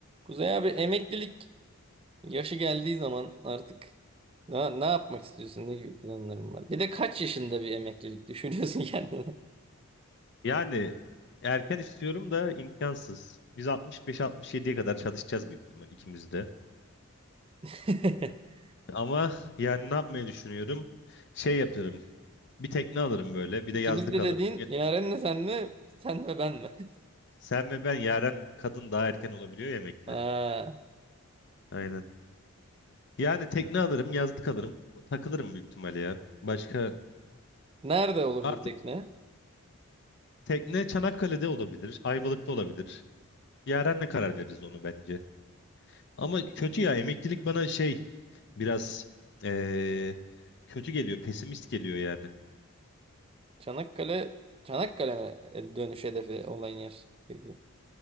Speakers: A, on the right (about 25°); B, on the left (about 50°).
A: Kuzey abi emeklilik yaşı geldiği zaman artık ne, ne yapmak istiyorsun? Ne gibi planların var? Bir de kaç yaşında bir emeklilik düşünüyorsun <laughs> kendine?
B: Yani erken istiyorum da imkansız. Biz 65-67'ye kadar çalışacağız büyük ihtimal ikimiz de.
A: <laughs>
B: Ama yani ne yapmayı düşünüyorum? Şey yaparım. Bir tekne alırım böyle. Bir
A: İkimiz
B: de yazlık
A: de
B: alırım.
A: dediğin
B: Ya-
A: Yaren'le sen mi? Sen ve ben mi? <laughs>
B: sen ve ben Yaren kadın daha erken olabiliyor yemekli.
A: Ha,
B: Aynen. Yani tekne alırım, yazlık alırım. Takılırım büyük ihtimal ya. Başka
A: nerede olur
B: artık
A: bu tekne?
B: tekne Çanakkale'de olabilir. Ayvalık'ta olabilir. Yaren'le karar veririz onu bence. Ama kötü ya emeklilik bana şey Biraz eee, kötü geliyor, pesimist geliyor yani.
A: Çanakkale Çanakkale mi? E, dönüş hedefi olan yer. Peki.